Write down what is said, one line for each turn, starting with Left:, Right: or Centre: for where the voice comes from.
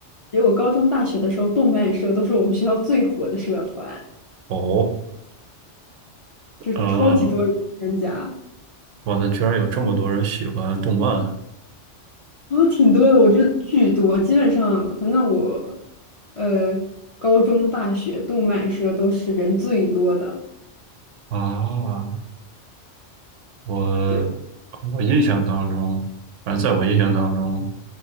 Left: 因为我高中、大学的时候，动漫社都是我们学校最火的社团，
Right: 哦，
Left: 就是超级多人参加。
Right: 啊，我的居然有这么多人喜欢动漫
Left: 哦，挺多的，我觉得巨多，基本上，反正我，呃，高中、大学动漫社都是人最多的。
Right: 啊！我
Left: 对
Right: 我印象当中，反正在我印象当中，